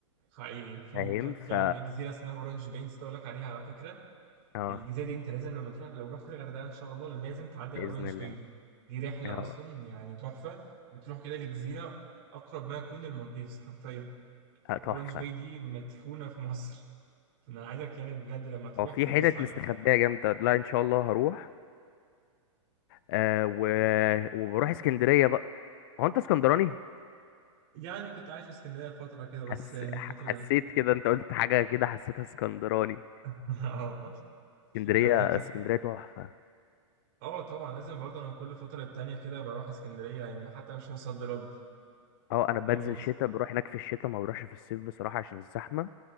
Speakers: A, on the right; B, on the left.
A: حقيقي في
B: فاهم
A: في كمان
B: ف
A: ايه جزيره اسمها اورنج باي نسيت اقول لك عليها على فكره
B: اه
A: الجزيره دي انت لازم لما تروح لو رحت الغردقه ان شاء الله لازم تعدي
B: بإذن
A: على اورنج
B: الله
A: باي دي دي رحله
B: اه
A: اصلا يعني تحفه بتروح كده لجزيره اقرب ما يكون للمالديفز حرفيا
B: آه،
A: اورنج
B: تحفة
A: باي دي مدفونه في مصر <laughs> فانا عايزك يعني بجد لما تروح
B: هو في
A: تبص
B: حتت
A: عليها
B: مستخبية جامدة لا ان شاء الله هروح آه و... وبروح اسكندرية بقى هو انت اسكندراني
A: يعني كنت عايش في اسكندرية فترة كده بس
B: حس...
A: يعني الفترة
B: حسيت
A: دي
B: كده انت قلت حاجة كده حسيتها اسكندراني
A: اه <laughs>
B: اسكندرية
A: الفكرة
B: اسكندرية تحفة
A: اه طبعا لازم برضه انا كل فترة تانية كده بروح اسكندرية يعني حتى مش صد رد
B: اه انا
A: اللي
B: بنزل
A: هو بس
B: شتاء بروح هناك في الشتاء ما بروحش في الصيف بصراحة عشان الزحمة